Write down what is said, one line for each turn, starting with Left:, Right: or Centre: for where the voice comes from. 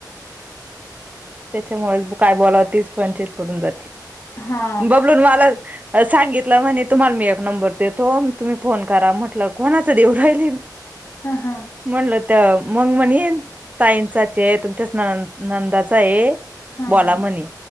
Right: त्याच्यामुळेच काय बोलावतीच पण त पडून जाते.
Left: हा
Right: बबलून मला, सांगितलं म्हणे तुम्हाला मी एक नंबर देतो. तुम्ही फोन करा म्हटलं कोणाचं देवू राहिल.
Left: हा हां.
Right: म्हणलं त्या मग म्हणे ताईंचाचे तुमच्याच न नंदाचा आहे.
Left: हा
Right: बोला
Left: हा
Right: म्हनी..